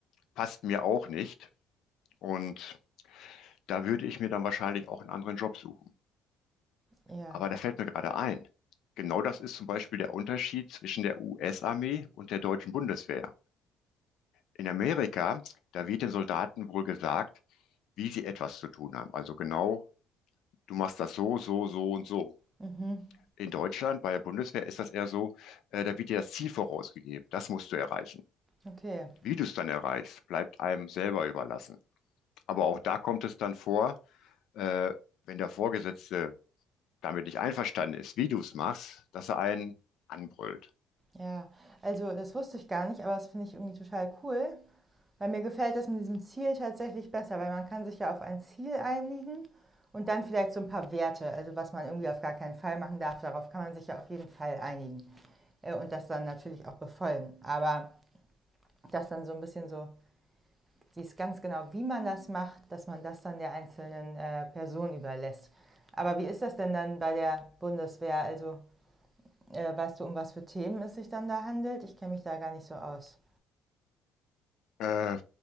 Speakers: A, on the left; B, on the right.
A: passt mir auch nicht. Und da würde ich mir dann wahrscheinlich auch einen anderen Job suchen.
B: ja.
A: Aber da fällt mir gerade ein. Genau das ist zum Beispiel der Unterschied zwischen der US-Armee und der deutschen Bundeswehr. In Amerika, da wird den Soldaten wohl gesagt, wie sie etwas zu tun haben. Also genau, du machst das so, so, so und so.
B: Mhm,
A: in Deutschland bei der Bundeswehr ist das eher so, äh, da wird dir das Ziel vorausgegeben. Das musst du erreichen.
B: okay.
A: Wie du es dann erreichst, bleibt einem selber überlassen. Aber auch da kommt es dann vor, äh, wenn der Vorgesetzte damit nicht einverstanden ist, wie du es machst, dass er einen anbrüllt.
B: Ja. Also das wusste ich gar nicht, aber das finde ich irgendwie total cool. Weil mir gefällt das mit diesem Ziel tatsächlich besser, weil man kann sich ja auf ein Ziel einigen und dann vielleicht so ein paar Werte, also was man irgendwie auf gar keinen Fall machen darf, darauf kann man sich ja auf jeden Fall einigen äh, und das dann natürlich auch befolgen. Aber das dann so ein bisschen so, dies ganz genau, wie man das macht, dass man das dann der einzelnen äh, Person überlässt. Aber wie ist das denn dann bei der Bundeswehr? Also äh, weißt du, um was für Themen es sich dann da handelt? Ich kenne mich da gar nicht so aus.
A: Äh,